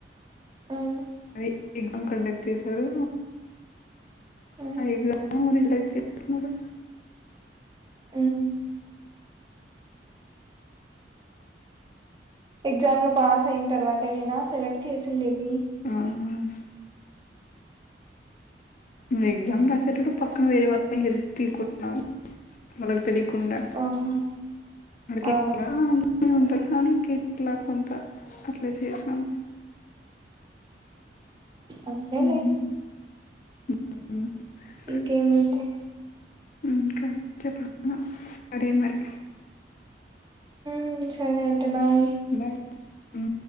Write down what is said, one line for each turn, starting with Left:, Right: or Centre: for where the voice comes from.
Right: హ్మ్
Left: అదే ఎగ్జామ్ కండక్ట్ చేసరు
Right: ఉమ్
Left: ఆ ఎగ్జాము లెక్ట్ చేస్తున్నారు
Right: ఉమ్ ఎగ్జామ్ లో పాస్ అయ్యిం తర్వాత నేనా సెలెక్ట్ చేసుండేది
Left: ఆ, ను ఎగ్జమ్ రాసేటట్టు పక్క వేరే వాళ్ళు హెల్ప్ తీసుకుంటున్నాం వాళ్ళకు తెలికుండా
Right: ఆహా
Left: అడికి
Right: ఆ
Left: నా ఉంటారు కానీ ఇంకలా కొంత అట్లా చేసినాం
Right: అంతేలే
Left: ఉమ్, <unintelligible>
Right: ఇంకేమేంటి
Left: ఇంకా చెప్పలా సరే మరి
Right: ఉ సరే అంటే బాయ్
Left: బాయ్ ఉ